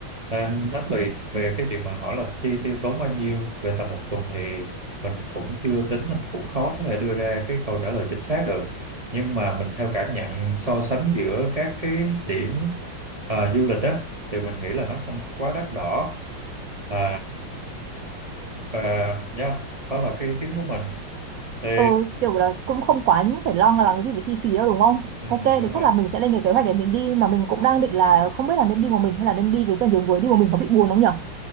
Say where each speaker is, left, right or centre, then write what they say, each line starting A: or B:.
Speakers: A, on the right (about 40°); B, on the right (about 65°).
A: Nên nó tùy về cái chuyện mà hỏi là chi tiêu tốn bao nhiêu về tầm một tuần thì mình cũng chưa tính mình cũng khó có thể đưa ra cái câu trả lời chính xác được nhưng mà mình theo cảm nhận so sánh giữa các cái điểm à, du lịch á thì mình nghĩ là nó không có quá đắt đỏ à, và nhá đó là cái ý kiến của mình thì
B: Ừ, kiểu là cũng không quá phải lo lắng gì về chi phí đâu đúng không?
A: ừ,
B: Ok,
A: đúng
B: thì chắc
A: rồi
B: là mình sẽ lên cái kế hoạch để mình đi mà mình cũng đang định là không biết là nên đi một mình hay là nên đi với cả nhiều người đi một mình có bị buồn không nhỉ?